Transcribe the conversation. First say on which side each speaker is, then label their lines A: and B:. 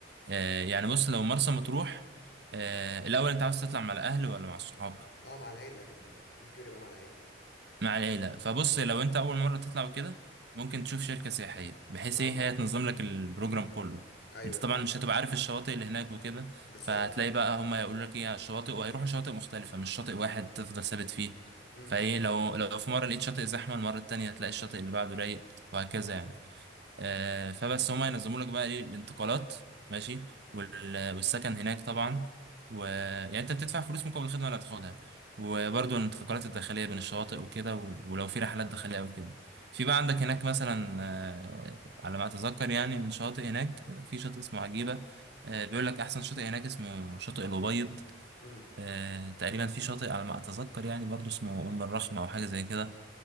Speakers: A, on the right; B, on the left.
A: آه يعني بص لو مرسى مطروح آه الاول انت عاوز تطلع مع الاهل ولا مع الصحاب
B: اه مع العيلة يعني احتمال كبير يبقى مع العيلة
A: مع العيلة فبص لو انت اول مرة تطلع وكده ممكن تشوف شركة سياحية بحيث
B: اه
A: ايه هي تنظم لك البروجرام كله
B: ايوه
A: انت طبعا
B: فاهم
A: مش هتبقى عارف الشواطئ اللي هناك وكده
B: بالظبط
A: فهتلاقي بقى هما يقولوا لك ايه على الشواطئ وهيروحوا شواطئ مختلفة مش شاطئ واحد تفضل ثابت فيه
B: امم
A: فايه لو لو في مرة لقيت شاطئ زحمة المرة التانية هتلاقي الشاطئ اللي بعده رايق وهكذا
B: ايوه
A: يعني آه، فبس هما ينظموا لك بقى ايه الانتقالات ماشي وال- والسكن هناك طبعا و يعني انت بتدفع فلوس مقابل الخدمه اللي هتاخدها وبرضه الانتقالات الداخليه بين الشواطئ وكده و- ولو في رحلات داخليه او كده في بقى عندك هناك مثلا آه، على ما اتذكر يعني من شاطئ هناك في شاطئ اسمه عجيبه آه، بيقول لك احسن شاطئ هناك اسمه شاطئ الابيض
B: امم
A: آه، تقريبا في شاطئ على ما اتذكر يعني برضه اسمه ام الرخمه او حاجه زي كده